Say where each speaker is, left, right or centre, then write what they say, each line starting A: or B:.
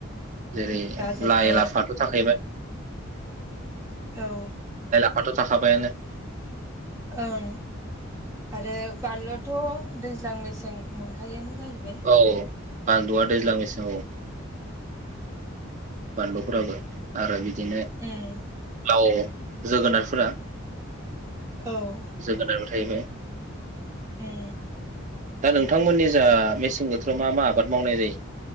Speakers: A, on the right (about 35°); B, on the right (about 15°).
A: जेरै
B: गाजरफोर
A: लाइ लाफाथ थाखाहैबाय ।
B: औ
A: लाफाथ थाखाबायानो ।
B: ओं आरो बानलुथ मोज्लां मेसें मोनखायोनो । जाहैबाय
A: औ बानलुआ दैज्लां मेसेंऔ । बानलुफोराबो आरो बि बिदिनो
B: उम
A: लाव जोगोनारफोरा
B: औ
A: जोगोनारबो थाहैबाय
B: उम
A: दा नोंथांमोननि जा मेसें बोथोराव मा मा आबाद मावनाय जायो